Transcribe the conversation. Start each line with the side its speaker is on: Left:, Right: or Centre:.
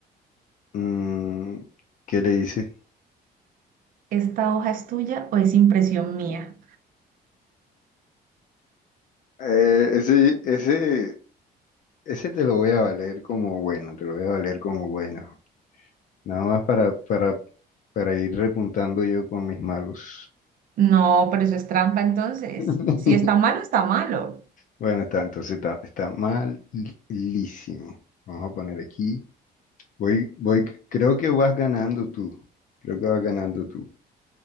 Left: Mm, ¿qué le dices?
Right: ¿Esta hoja es tuya o es impresión mía?
Left: Eh, ese, ese, ese te lo voy a valer como bueno, te lo voy a valer como bueno. Nada más para, para, para ir repuntando yo con mis malos.
Right: No, pero eso es trampa entonces.
Left: <laughs>
Right: Si está malo, está malo.
Left: Bueno, está, entonces está, está malísimo. Vamos a poner aquí. Voy, voy, creo que vas ganando tú. Creo que vas ganando tú.